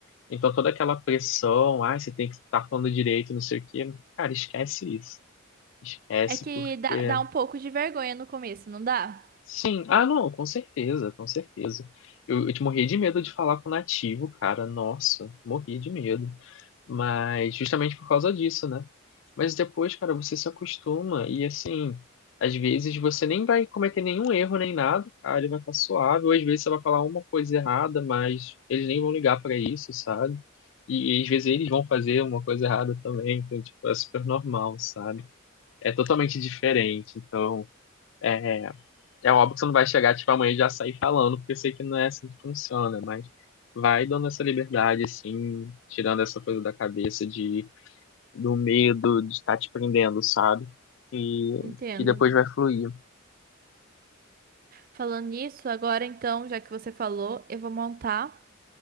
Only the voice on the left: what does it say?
Então toda aquela pressão, ah, você tem que estar falando direito, não sei o quê, cara, esquece isso. Esquece
porque
Sim, ah não, com certeza, com certeza. Eu, eu te morria de medo de falar com nativo, cara, nossa, morria de medo. Mas justamente por causa disso, né? Mas depois, cara, você se acostuma e assim, às vezes você nem vai cometer nenhum erro nem nada, cara, ele vai estar suave, ou às vezes você vai falar uma coisa errada, mas eles nem vão ligar pra isso, sabe? E, e às vezes eles vão fazer uma coisa errada também, então, tipo, é super normal, sabe? É totalmente diferente, então. é é óbvio que você não vai chegar, tipo, amanhã e já sair falando, porque eu sei que não é assim que funciona, mas vai dando essa liberdade, assim, tirando essa coisa da cabeça de, do medo de estar te prendendo, sabe? E
que depois vai fluir.